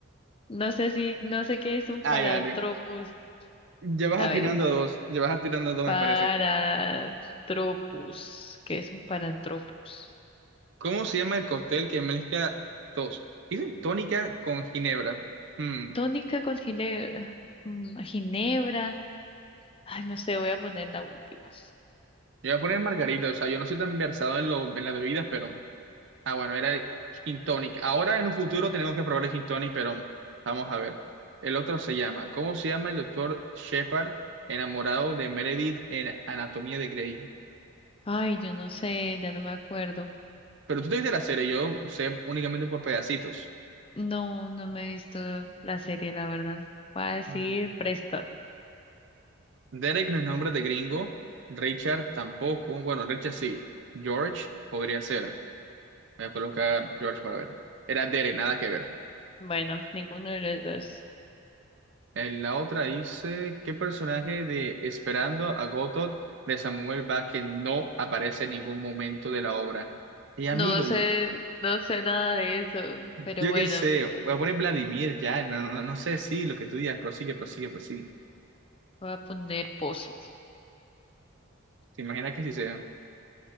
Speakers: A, on the left (about 25°); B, on the right (about 60°).
A: no sé si, no sé qué es un
B: Ay,
A: Paratropus.
B: dale. Ya vas
A: A
B: atirando
A: ver,
B: a dos, ya vas atirando a dos,
A: Paratropus,
B: me parece.
A: ¿qué es un Paratropus?
B: ¿Cómo se llama el cóctel que mezcla tos? Dicen tónica con ginebra. Hmm.
A: Tónica con gile- mm, ginebra. Ay, no sé, voy a poner la última.
B: Yo voy a poner margarita, o sea, yo no soy tan versado en, lo, en las bebidas, pero... Ah, bueno, era gin tonic. Ahora en un futuro tenemos que probar el gin tonic, pero vamos a ver. El otro se llama, ¿cómo se llama el doctor Shepard enamorado de Meredith en Anatomía de Grey?
A: Ay, yo no sé, ya no me acuerdo.
B: Pero tú te viste la serie, yo sé únicamente por pedacitos.
A: No, no me he visto la serie, la verdad. Voy a decir
B: Mm.
A: Preston.
B: Derek no es nombre de gringo, Richard tampoco, bueno, Richard sí, George podría ser. Voy a colocar George para ver. Era Derek, nada que ver.
A: Bueno, ninguno de los dos.
B: En la otra dice, ¿qué personaje de Esperando a Godot de Samuel Vázquez no aparece en ningún momento de la obra? Y amigo,
A: No sé, no sé nada de eso, pero
B: yo
A: bueno,
B: qué sé, voy a poner Vladimir ya, no, no, no sé si lo que tú digas, prosigue, prosigue, prosigue.
A: voy a poner Pozo.
B: ¿Te imaginas que sí sea?